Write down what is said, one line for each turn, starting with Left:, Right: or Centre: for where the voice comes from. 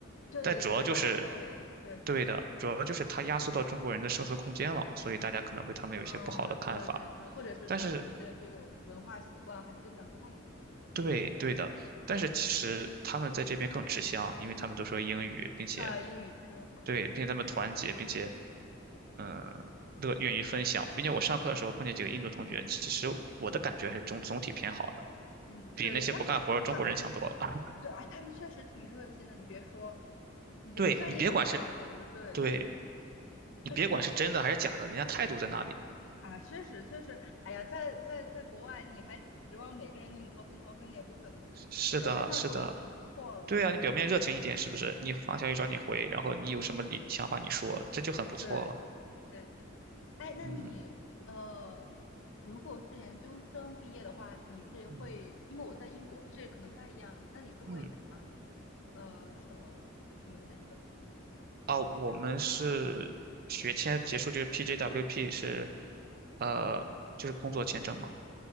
Left: 对对对，
Right: 但主要就是，
Left: 我觉得亚洲人，对对，
Right: 对的，主要就是它压缩到中国人的生存空间了，所以大家可能会他们有一些不好的看法。
Left: 嗯，对对对，或者是他们有一些这个文化习惯还是跟咱们不太一样，
Right: 但是对对的，
Left: 对，
Right: 但是其实他们在这边更吃香，因为他们都说英语，并且
Left: 啊，英语确实会好一些，
Right: 对，并且他们团结，并且嗯，乐愿意分享，并且我上课的时候碰见几个印度同学，
Left: 嗯
Right: 其实我的感觉还是总总体偏好的，
Left: 嗯，
Right: 比那些不干活儿的中国人强多了。
Left: 对对，他们他
Right: <laughs>
Left: 对啊，他们确实挺热心的，你别说，你别说，
Right: 对你别管是，
Left: 虽然也有不干活儿的，对，
Right: 对
Left: 但是
Right: 你别管是真的还是假的，
Left: 对
Right: 人家态度在那里。
Left: 啊，确实确实，哎呀，在在在国外，你还指望每个人对你掏心掏肺，那也不可能。你表面上过得去就不错了。
Right: 是的，是的，对啊，你表面热情一点，
Left: 对
Right: 是不是？你发消息找你回，
Left: 对
Right: 然后你有什么理想法你说，这就很不错了。
Left: 对对，确实。哎，那你呃，
Right: 嗯
Left: 如果是研究生毕业的话，你是会，
Right: 嗯
Left: 因为我在英国，所以可能不太一样。那你是会拿
Right: 嗯。
Left: 呃什么什么签证？
Right: 啊，我们是学签结束就是
Left: 就是
Right: PJWP 是，呃，就是工作签证嘛。